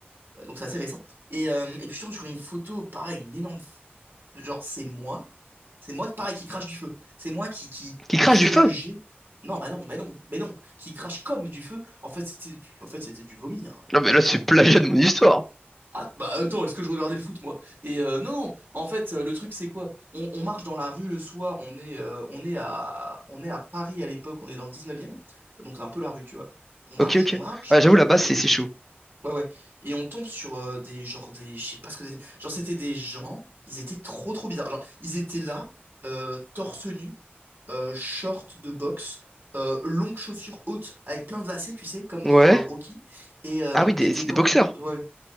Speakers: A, on the right; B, in the centre.
A: Euh, donc c'est assez récent. Et, euh, et puis je tombe sur une photo, pareil, une énorme. f- Genre, c'est moi. C'est moi, pareil, qui crache du feu. C'est moi qui, qui,
B: Qui crache
A: qui fait
B: du feu.
A: le G. Non, bah non, mais non, mais non. Qui crache comme du feu. En fait, c'était du, en fait, c'était du vomi, hein,
B: Non,
A: concrètement.
B: mais là, c'est plagiat de mon histoire.
A: Ah, bah attends, est-ce que je regardais le foot, moi? Et euh, non, non, en fait, euh, le truc, c'est quoi? On, on marche dans la rue le soir, on est, euh, on est à, on est à Paris à l'époque, on est dans le 19e, donc c'est un peu la rue, tu vois. On marche,
B: Ok, ok.
A: on marche,
B: Ouais,
A: et,
B: j'avoue,
A: euh,
B: là-bas, c'est
A: et-
B: c'est chaud.
A: ouais, ouais. Et on tombe sur euh, des, genre, des, je sais pas ce que c'était. Genre, c'était des gens, ils étaient trop, trop bizarres. Genre, ils étaient là, euh, torse nu, euh, short de boxe, euh, longues chaussures hautes, avec plein de lacets, tu sais, comme
B: Ouais.
A: dans euh, Rocky, et, euh,
B: Ah oui, des-
A: et des
B: c'est
A: gants
B: des boxeurs.
A: de boxe, ouais.